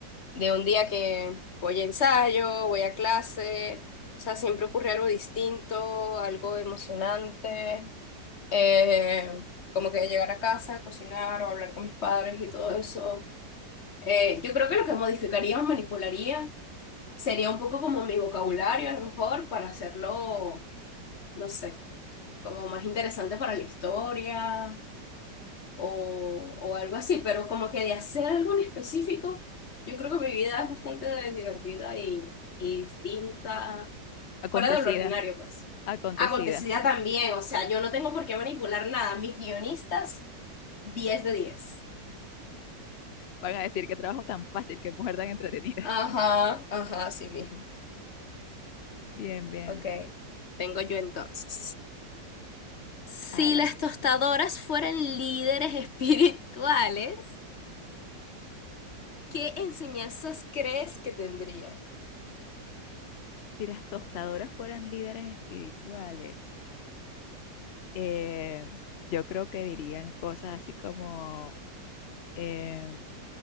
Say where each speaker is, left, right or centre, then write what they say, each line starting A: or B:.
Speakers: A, on the left; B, on the left.
A: de un día que voy a ensayo, voy a clase, o sea, siempre ocurre algo distinto, algo emocionante. Eh, como que llegar a casa, cocinar o hablar con mis padres y todo eso. Eh, yo creo que lo que modificaría o manipularía sería un poco como mi vocabulario, a lo mejor, para hacerlo, no sé, como más interesante para la historia o, o algo así, pero como que de hacer algo en específico, yo creo que mi vida es bastante divertida y, y distinta,
B: Acontecida,
A: fuera de lo ordinario, pues
B: acontecida.
A: acontecida también, o sea, yo no tengo por qué manipular nada. Mis guionistas diez de diez,
B: Van a decir qué trabajo tan fácil, qué mujer tan entretenida.
A: Ajá, ajá, así mismo.
B: <laughs> Bien, bien.
A: Ok, vengo yo entonces. Si
B: Adelante.
A: las tostadoras fueran líderes <laughs> espirituales, ¿qué enseñanzas crees que tendrían?
B: Si las tostadoras fueran líderes espirituales. eh, yo creo que dirían cosas así como eh,